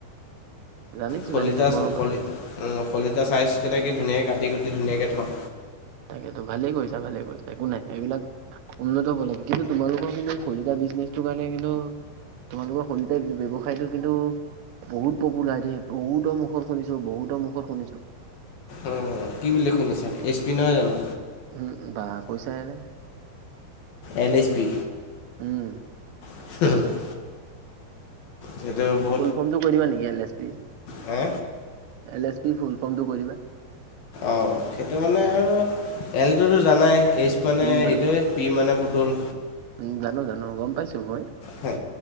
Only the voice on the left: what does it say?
শলিতা
শলি উম, শলিতা চাইজকেইটা কি ধুনীয়াকৈ কাটি কুটি ধুনীয়াকে থওঁ।
অ', কি বুলি শুনিছা, এইছ পি নহয় জানো।
L H P.
<unintelligible> সেইটো ব
হা
অ', সেইটো মানে আৰু এলটোতো জানাই, এইচ মানে
সেইটোৱে। পি মানে পুটোল
হয়,